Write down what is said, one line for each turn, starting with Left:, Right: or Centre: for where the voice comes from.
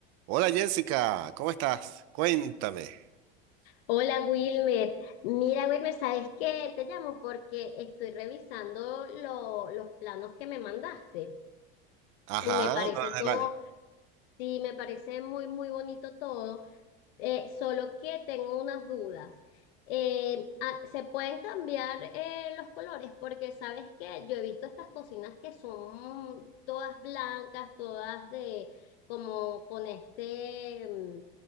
Right: Hola Jessica, ¿cómo estás? Cuéntame.
Left: Hola Wilmer, mira Wilmer, ¿sabes qué? Te llamo porque estoy revisando lo- los planos que me mandaste
Right: Ajá,
Left: y me parece
Right: lo de
Left: todo,
Right: la-
Left: sí, me parece muy, muy bonito todo, eh, solo que tengo unas dudas. Eh, ah, ¿se pueden cambiar eh, los colores? Porque sabes que yo he visto estas cocinas que son todas blancas, todas de como con este mm,